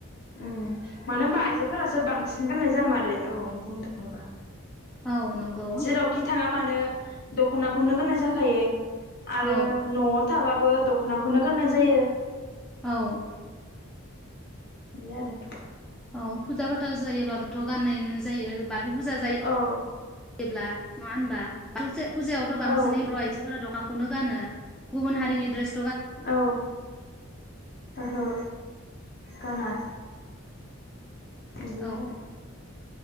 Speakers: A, on the left; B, in the centre.
A: उम मानो होनबा आइजोफोरासो बांसिन गाननाय जामारो औ बुंनो थाङोबा
B: औ नंगौ
A: जेरावखि थाङामानो दख'नाखौनो गाननाय जाखायो। आरो
B: औ
A: न'आव थाबाबो दख'नाखौनो गाननाय जायो।
B: औ।
A: बि आरो।
B: औ फुजा फाथाल जायोबाबोथ' गाननायनो जायो बा थौ फुजा जायो
A: औ
B: जेब्ला नङा होनबा <unintelligible> फुजायावथ' बांसिनै
A: औ
B: बर' आइजोफोरा दख माखौनो गानो गुबुन हारिनि द्रेस
A: औ ओहो। गाना। बिदिनो
B: औ
A: आरो।